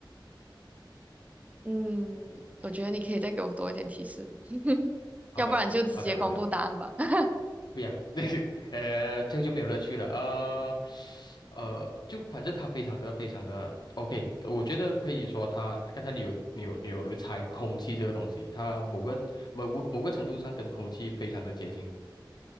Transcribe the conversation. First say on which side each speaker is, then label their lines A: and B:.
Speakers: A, on the right; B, on the left.
A: 嗯，我觉得你可以再给我多一点提示。
B: 好的，
A: 要不然就直接公布答案吧。
B: 好的，好的。
A: <laughs>
B: 不要，<laughs> 那个呃，这样就没有乐趣了。呃，呃，就反正它非常的非常的 OK，我觉得可以说它刚才你有你有你有猜空气这个东西，它某个某个某个程度上跟空气非常的接近